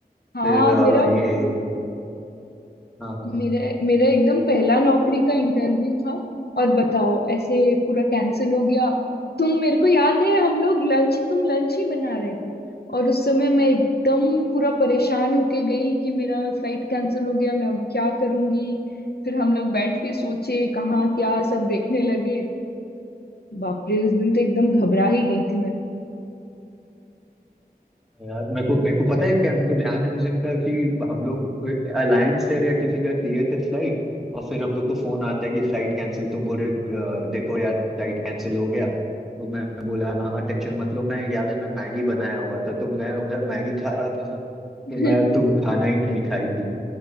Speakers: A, on the left; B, in the centre.
A: हाँ
B: फिर अ,
A: मेरा
B: ये हाँ हाँ
A: मेरा मेरा एकदम पहला नौकरी का इंटरव्यू था और बताओ ऐसे पूरा कैंसिल हो गया तुम मेरे को याद है हम लोग लंच तुम लंच ही बना रहे थे और उस समय मैं एकदम पूरा परेशान होके गई कि मेरा फ्लाइट कैंसिल हो गया मैं अब क्या करूंगी फिर हम लोग बैठ के सोचे कहाँ क्या सब देखने लगे बाप रे उस दिन तो एकदम घबरा ही गई थी
B: तो यार मेरे को मेरे को पता है क्या मेरे को ध्यान है उस दिन का कि हम लोग अलायंस एयर या किसी का किए थे फ्लाइट और फिर हम लोग को फोन आता है कि फ्लाइट कैंसिल तुम बोल रहे हो, "अ, देखो यार फ्लाइट कैंसिल हो गया तो मैं बोला हाँ हाँ टेंशन मत लो मैं याद है मैं मैगी बनाया हुआ था तो मैं उधर मैगी खा रहा था तो
A: मैं
B: मैं
A: <laughs>
B: तुम खाना ही नहीं खाई थी